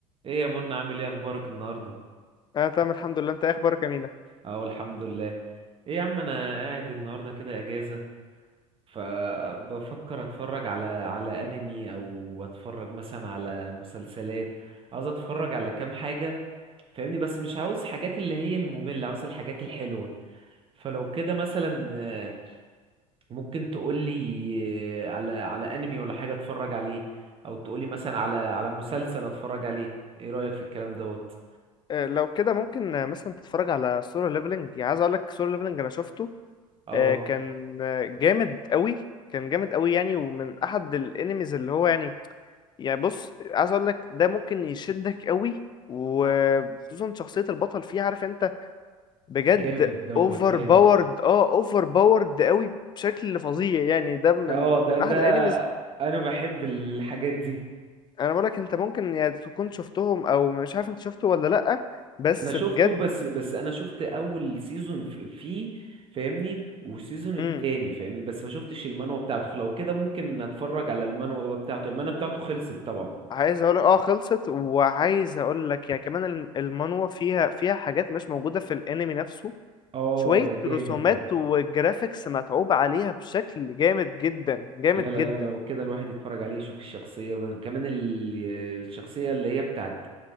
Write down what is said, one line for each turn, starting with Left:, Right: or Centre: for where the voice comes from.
Right: ايه يا منى عامل ايه اخبارك النهارده
Left: انا تمام الحمد لله انت إيه اخبارك يا مينا
Right: اهو الحمد لله ايه يا عم انا قاعد النهارده كده اجازه فبفكر اتفرج على على انمي او اتفرج مثلا على مسلسلات عاوز اتفرج على كام حاجه فاهمني بس مش عاوز حاجات اللي هي الممله عاوز الحاجات الحلوه فلو كده مثلا آه، ممكن تقولي آه، على على انمي ولا حاجه اتفرج عليه او تقولي مثلا على على مسلسل اتفرج عليه ايه رايك في الكلام دوت
Left: آه، لو كده ممكن آه، مثلا تتفرج على سولو ليفلنج يعني عايز اقول لك سولو ليفلنج انا شفته
Right: اه
Left: آه، كان آه، جامد قوي كان جامد قوي يعني ومن احد الانميز اللي هو يعني يعني بص عايز اقول لك ده ممكن يشدك قوي وخصوصا شخصية البطل فيه عارف انت بجد
Right: جامد دوت
Left: اوفر
Right: جامد
Left: باورد اه اوفر باورد قوي بشكل فظيع يعني ده من
Right: اه ده
Left: من
Right: ده
Left: احد الانميز
Right: انا بحب الحاجات دي
Left: انا بقول لك انت ممكن يعني تكون شفتهم او مش عارف انت شفته ولا لا بس
Right: انا شفته
Left: بجد
Right: بس بس انا شفت اول سيزون فيه فاهمني والسيزون التاني
Left: امم
Right: فاهمني بس ما شفتش المانوا بتاعته فلو كده ممكن اتفرج على المانوا بتاعته المانوا بتاعته خلصت طبعا
Left: عايز اقول اه خلصت وعايز اقول لك يا كمان الم- المانوا فيها فيها حاجات مش موجوده في الانمي نفسه
Right: اه
Left: شويه
Right: ده جامد
Left: رسومات
Right: ده
Left: وجرافيكس متعوب عليها بشكل جامد جدا جامد
Right: لا لا
Left: جدا
Right: لا لو كده الواحد يتفرج عليه يشوف الشخصية بس كمان ال- الشخصية اللي هي بتاعت